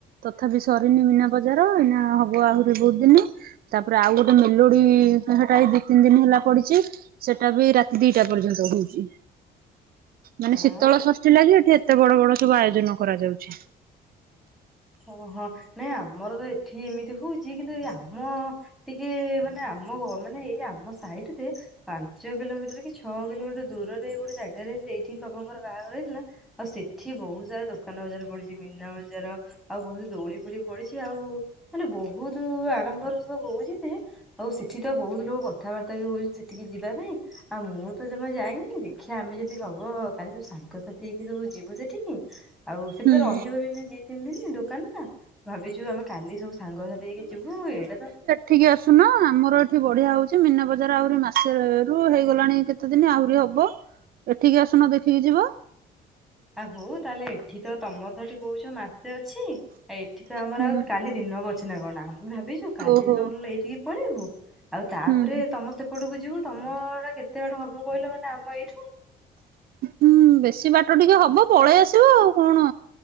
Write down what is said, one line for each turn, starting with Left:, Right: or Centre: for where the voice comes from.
Right: ତଥାପି ସରିନି ମିନା ବଜାର ଏଇନା ହବ ଆହୁରି ବହୁତ ଦିନ। ତାପରେ ଆଉ ଗୋଟେ ମେଲୋଡି ସେଟା ବି ଦି ତିନି ଦିନ ହେଲା ପଡିଛି। ସେଟା ବି ରାତି ଦିଟା ପର୍ଯ୍ୟନ୍ତ ହଉଛି। ମାନେ
Centre: ହଁ
Right: ଶୀତଳ ଷଷ୍ଠୀ ଲାଗି ଏଠି ଏତେ ବଡ ବଡ ସବୁ ଆୟୋଜନ କରାଯାଉଛି।
Centre: ଓ ହୋ ନାଇଁ ଆମର ତ ଏଠି ଏମିତି ହଉଛି କିନ୍ତୁ ଏ ଆମ ଟିକେ ମାନେ ଆମ ମାନେ ଏଇ ଆମ ସାଇଟ ପାଞ୍ଚ କିଲୋମିଟର କି ଛଅ କିଲୋମିଟର ଦୂରରେ ଗୋଟେ ଜାଗାରେ ସେଇଠି ପ୍ରଭୁଙ୍କର ବାହାଘର ହେଇଥିଲା। ଆଉ ସେଠି ବହୁତ ସାରା ଦୋକାନ ବଜାର ପଡିଛି ମୀନା ବଜାର। ଜାର ଆଉ ବହୁତ ଦୋଳି ଫୋଳି ପଡିଛି ଆଉ। ମାନେ ବହୁତ ଆଡମ୍ବର ସବୁ ହଉଛି ସେ ହଉ ସେଠି ତ ବହୁତ ଲୋକ କଥାବାର୍ତ୍ତା ବି ହଉଛନ୍ତି ସେଠିକି ଯିବା ପାଇଁ। ଆଉ ମୁଁ ତ ଜମା ଯାଇନି ଦେଖିବା ଆମେ ଯଦି ହବ କାଲି ସବୁ ସାଙ୍ଗସାଥି ହେଇକି ସବୁ ଯିବୁ ସେଠିକି। ଆଉ ସେଠି
Right: ହୁଁ
Centre: ତ ରହିବ ବି ନାଇଁ ଦି ତିନି ଦିନ ଦୋକାନ ନା ଭାବିଛୁ ଆମେ କାଲି ସବୁ ସାଙ୍ଗସାଥି ହେଇକି ଯିବୁ ଏଇଟା ତ
Right: ଠିକ ଆସୁନ ଆମର ଏଠି ବଢିଆ ହଉଛି ମିନା ବଜାର ଆହୁରି ମାସେ ରୁ ହେଇଗଲାଣି କେ କେତେ ଦିନ ଆହୁରି ହବ ଏଠିକି ଆସୁନ ଦେଖିକି ଯିବ।
Centre: ଆଉ ହଉ ତାହେଲେ ଏଠି ତ ତମର ତଠି କହୁଛ ମାସେ ଅଛି ଆ ଏଠି ତ ଆମର
Right: ହୁଁ
Centre: ଆଉ କାଲି ଦିନ ଅଛି ନା କଣ ଆମେ ଭାବିଛୁ କାଲି
Right: ଓହୋ
Centre: ଦିନ ନେଇଠିକି ପଳେଇବୁ ଆଉ ତାପରେ
Right: ହୁଁ
Centre: ତମ ସମସ୍ତେ ଏପଟକୁ ଯିବୁ ତମ ଟା କେତେ ବାଟ ହବ କହିଲ ମାନେ ଆମ ଏଇଠୁ?
Right: ହୁଁ ବେଶୀ ବାଟ ଟିକେ ହବ ପଳେଇ ଆସିବ ଆଉ କଣ।